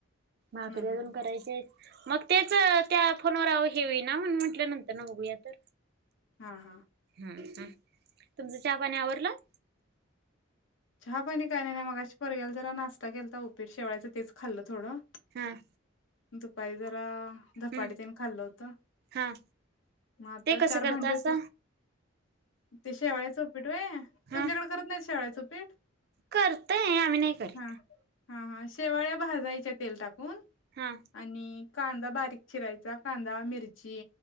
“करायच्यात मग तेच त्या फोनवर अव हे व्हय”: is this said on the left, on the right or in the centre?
Right